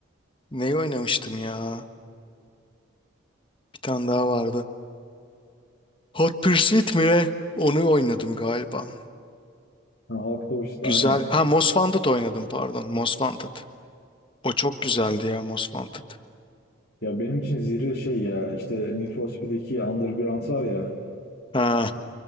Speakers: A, on the left; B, on the left.
A: neyi oynamıştım ya? Bir tane daha vardı. Hot Pursuit mi ne? Onu oynadım galiba.
B: Ha, Hot Pursuit
A: Güzel.
B: aynen.
A: Ha Most Wanted oynadım pardon. Most Wanted. O çok güzeldi ya Most Wanted.
B: Ya benim için zirve şey ya işte Need for Speed'deki Underground var ya
A: Ha.